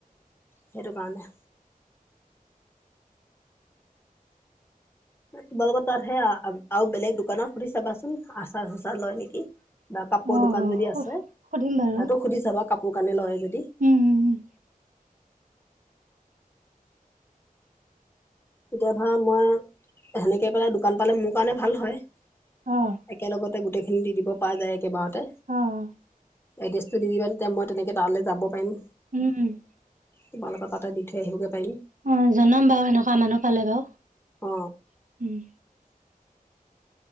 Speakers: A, on the left; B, on the right.
A: সেই তো কাৰণে তোমালোকৰ তাতহে আৰু বেলেগ দোকানৰ সুধি চাবাচোন আচাৰ চোচাৰ লয় নেকি বা কাপোৰৰ
B: অ'।
A: দোকান যদি আছে তাহতো
B: সুধিম বাৰু
A: সুধি চাবা কাপোৰ কানে লয় যদি
B: উম, উম।
A: তেতিয়া ধৰা মই সেনেকে পেলাই দোকান পালে মোৰ কাৰণে ভাল হয়
B: অ'।
A: একেলগতে গোটেই খিনি দি দিব পৰা যায় কেইবাৰতে
B: অ',
A: এড্ৰেছটো দি দিবা তেতিয়া মই তেনেকৈ তালালৈ যাব পাৰিম
B: উম,
A: তোমালোক তাতে দি থৈ আহিবগৈ পাৰিম
B: অঁ জনাম বাৰু সেনেকুৱা মানুহ পালে বাৰু
A: অ
B: উম